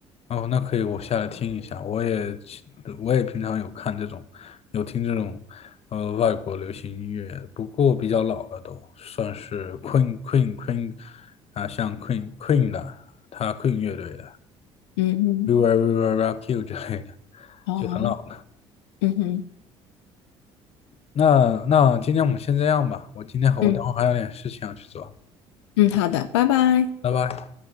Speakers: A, on the left (about 45°); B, on the left (about 80°).
A: 哦，那可以，我下来听一下。我也其我也平常有看这种，有听这种，呃，外国流行音乐，不过比较老了都，算是 Queen Queen Queen 啊，像 Queen Queen 的，他 Queen 乐队的
B: 嗯哼，
A: ，We w i l e We w i l e Rock You 之类的，
B: 哦，
A: 就很老了。
B: 嗯哼，
A: 那那今天我们先这样吧，我今天我等会儿还有点事情要去做，
B: 嗯嗯，好的，拜拜。
A: 拜拜。